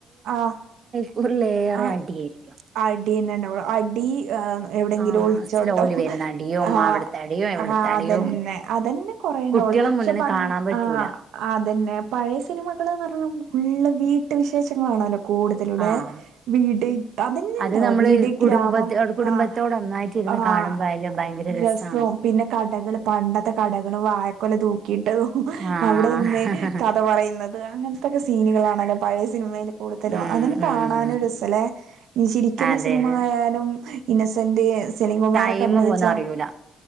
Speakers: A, on the right; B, on the right.
A: ആഹ്.
B: കൂടുലേറെ
A: ആ
B: അടിയാരിക്കും.
A: അടിയന്നെ ഇണ്ടാവൊള്ളൂ അടി ഏഹ്. എവിടെങ്കിലു
B: ആഹ്
A: ഒൾച്ചോട്ടോ
B: സ്ലോയില് വരുന്ന അടിയും
A: ആഹ്
B: അവിടുത്തെ അടിയും ഇവിടുത്തെ
A: ആഹ്
B: അടിയും
A: അതന്നെ അതന്നെ. കൊറേണ്ടാവൊള്ളു
B: കുട്ടികളെ
A: പക്ഷെ
B: മുന്നിന്ന്
A: പണ്ട്
B: കാണാൻ പറ്റൂല
A: ആഹ്. അതന്നെ പഴയ സിനിമകള്ന്നർഞ്ഞ നമുക്ക് ഫുള്ള് വീട്ട് വിശേഷങ്ങളാണല്ലോ കൂട് തലൂലെ
B: ആഹ്
A: വീട്. അതന്നെണ്ടാവൂ
B: അത് നമ്മള്
A: വീട്
B: കുടുംബത്തി
A: ഗ്രാമം
B: കുടുംബത്തോട്
A: ആഹ്
B: ഒന്നായിട്ടിരുന്ന്
A: ആഹ്
B: കാണുമ്പോ അതില് ഭയങ്കര രസാണ്
A: രസവും. പിന്നെ കടകള് പണ്ടത്തെ കടകളും വായക്കൊല തൂ ക്കീട്ടതും
B: ആഹ്
A: അവിടെ നിന്ന് കഥ പറയുന്നത് അങ്ങൻത്തൊക്കെ സീന്കളാണല്ലോ പഴയ സിൻമയില്. കൂടുതലും
B: ഉം
A: അതന്നെ
B: ഉം
A: കാണാനും രസലേ. ചിരിക്കുന്ന
B: അതെ
A: സിനിമായാലും
B: അതെ
A: ഇന്നസെന്റ് സെലിംകുമാറൊക്കെ
B: ടൈമ്
A: അഭിനയിച്ച.
B: പോന്ന അറിയൂല